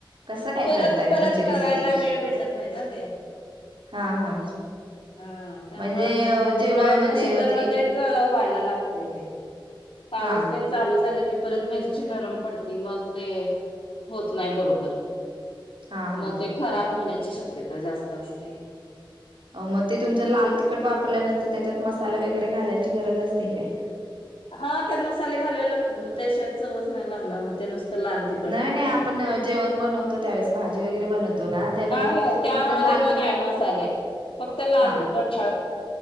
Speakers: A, on the right; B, on the left.
A: कसं काय
B: परत
A: करताय
B: परत
A: तुमची रेसिपी
B: करायला
A: कशी
B: वेळ भेटत नाही ना ते
A: हा हा
B: हा त्यामुंळं
A: म्हणजे जेव
B: उन्हाळ्याच्या
A: म्हणजे
B: सीझन
A: ते
B: मध्येच व्हायला लागतय ते पाऊस
A: हा
B: तेन चालू झाला की परत मिरची नरम पडती मग ते होत नाही बरोबर
A: हा हा
B: मग ते खराब होण्याची शक्यता जास्त असते
A: हो मग ते तुमच्या लाल तिखट वापरल्यानंतर त्याच्यात मसाले वगैरे घालायची गरज असते काय
B: हा त्यात मसाले घालावे लागतात मग त्याशिवाय चवच नाहीय लागला मग ते नुसतं लाल तिखट.
A: नाही नाही आपण जेवण बनवतो त्यावेळेस भाजी वगैरे बनवतो ना त्यावेळी
B: नाही त्यामध्ये
A: फक्त लाल
B: मग
A: तिकट
B: नाही मसाले फक्त लाल
A: हा
B: तिखट